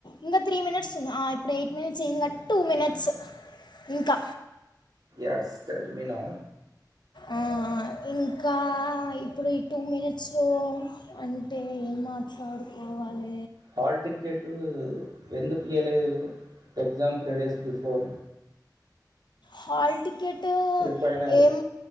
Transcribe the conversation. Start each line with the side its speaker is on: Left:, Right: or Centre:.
Left: ఇంగా త్రీ మినిట్స్ ఉంది ఆ ఇప్పుడు ఎయిట్ మినిట్స్ అయింది గ టూ మినిట్స్ ఇంకా
Right: ఎస్ టెల్ మీ నౌ
Left: ఆ ఇంకా ఇప్పుడు ఈ టూ మినిట్స్ లో అంటే ఏం మాట్లాడుకోవాలే
Right: హాల్ టికెట్ అటు ఎందుకు ఇయ్యలేదు exam three days before
Left: hall ticket
Right: pre final
Left: ఏం